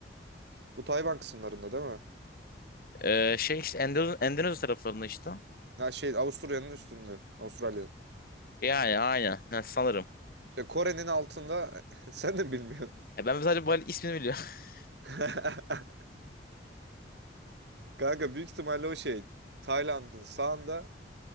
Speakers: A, on the right; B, on the left.
A: Bu Tayvan kısımlarında değil mi?
B: Ee, şey işte Endonezya, Endonezya taraflarında işte.
A: Ha şey Avusturya'nın üstünde. Avustralya'nın.
B: Yani aynen. Ha, sanırım.
A: İşte Kore'nin altında <laughs> sen de bilmiyorsun.
B: Ya ben sadece Bali ismini biliyorum. <laughs>
A: <laughs> Kanka büyük ihtimalle o şey Tayland'ın sağında